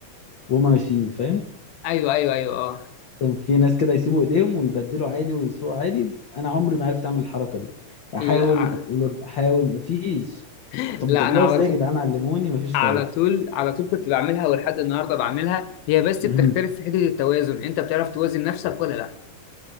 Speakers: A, on the left (about 65°); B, on the left (about 80°).
A: وهم ماشيين فاهم
B: ايوه ايوه ايوه اه
A: كان في ناس كده يسيبوا ايديهم ويبدلوا عادي ويسوقوا عادي انا عمري ما عرفت اعمل الحركه دي احاول
B: لا
A: اتقلب احاول مفيش
B: آه،
A: طب
B: لا
A: بتعملوها
B: انا على
A: ازاي
B: طول
A: يا جدعان علموني مفيش
B: على
A: فايده
B: طول على طول كنت بعملها ولحد النهارده بعملها هي بس
A: مهم.
B: بتختلف في حته التوازن انت بتعرف توازن نفسك ولا لا